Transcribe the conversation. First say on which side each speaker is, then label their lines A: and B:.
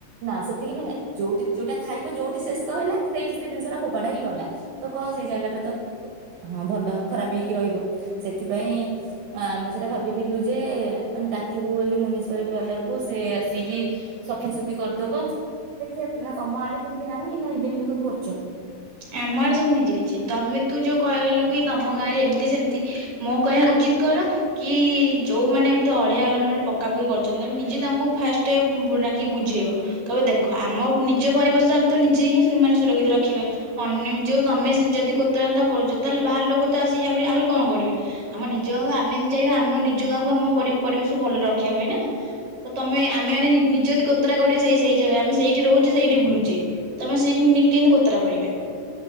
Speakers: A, on the right (about 70°); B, on the right (about 30°).
A: ନା ସେତିକି ବି ନାଇଁ, ଯୋଉଠି ଯୋଉଟା ଖାଇଵ ଯୋଉଠି ଶେଷ ହେଲା ସେଇଠି ସେ ଜିନିଷ ଟା ଫୋପାଡା ହିଁ ଗଲା। ତ କହ ସେଇ ଜାଗାଟା ତ ହଁ ଭଲ ଖରାପ ହେଇକି ରହିବ। ସେଥିପାଇଁ ଆମେ ସେଇଟା ଭାବିଥିଲୁ ଯେ ମାନେ ଡାକିବୁ ବୋଲି ମୁନିସିପାଲିଟି ବାଲାକୁ ସେ ଆସିକି ସଫାସଫି କରିଦବ। ଦେଖିଆ ନା ତମ ଆଡେ ସେମିତି ନାହିଁ କି ନା ନିଜେ ନିଜେ ସବୁ କରୁଚ?
B: ଆମ ଆଡେ ସବୁ ନିଜେ ନିଜେ। ତମେ ତୁ ଯୋଉ କହିଲୁ କି ତମ ଗାଁ ରେ ଏମତି ସେମତି ମୋ କହିବା ଉଚିତ୍ କଣ କି ଯୋଉମାନେ ତ ଅଳିଆ <unintelligible> ମାନେ ପକା ପୁକି କରୁଚନ୍ତି। ଆମେ ନିଜେ ତାଙ୍କୁ ଫାଷ୍ଟ ଡ଼ା କି ବୁଝେଇବ। କହିବ ଦେଖ ଆମ ନିଜ ପରିବେଶ ତ ନିଜେ ହିଁ ମାନେ ସୁରକ୍ଷିତ ରଖିବା। ଅନ୍ୟ ଯୋଉ ତମେ ଯଦି କୋତରା ମତରା କରୁଚ ତାହେଲେ ବାହାର ଲୋକ ତ ଆସ ଆହୁରି ଆହୁରି କଣ କରିବେ। ଆମ ନିଜ ଗାଁକୁ ଆମେ ମାନେ ଚାହିଁବା ଆମେ ନିଜ ଗାଁକୁ ଆମ ପରି ପରିବେଶ କୁ ଭଲରେ ରଖିବା ପାଇଁ ନା। ତ ତମେ ଆମେ ମାନେ ନିଜ ଯଦି କୋ କୋତରା କରିବା ସେଇ ସେଇ ଜାଗା। ଆମେ ସେଇଠି ରହୁଚେ ସେଇଠି ବୁଲୁଚେ। ତମେ ଆମେ ସେଇଠି କେମିତି କୋତରା କରିବା।